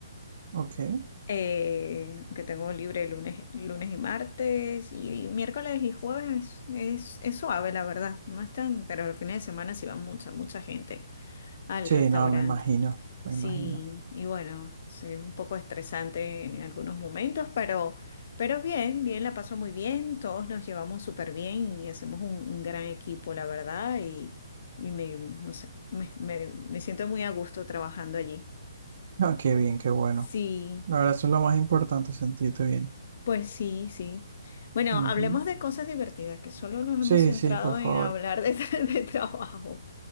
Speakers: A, on the right; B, on the left.
A: ok.
B: eh, que tengo libre lunes, lunes y martes, y, miércoles y jueves es, es suave, la verdad. No están, pero los fines de semana sí va mucha, mucha gente al
A: Sí,
B: restaurante.
A: no, me imagino, me
B: Sí,
A: imagino.
B: y bueno, sí, es un poco estresante en algunos momentos, pero, pero bien, bien, la pasó muy bien, todos nos llevamos súper bien y hacemos un, un gran equipo, la verdad, y, y me, no sé, me, me- me siento muy a gusto trabajando allí.
A: No, qué bien, qué bueno.
B: Sí,
A: La verdad, eso es lo más importante, sentirte bien.
B: pues sí, sí. Bueno,
A: Ujú.
B: hablemos de cosas divertidas, que solo nos
A: Sí,
B: hemos centrado
A: sí, por favor.
B: en hablar de, <laughs> de trabajo.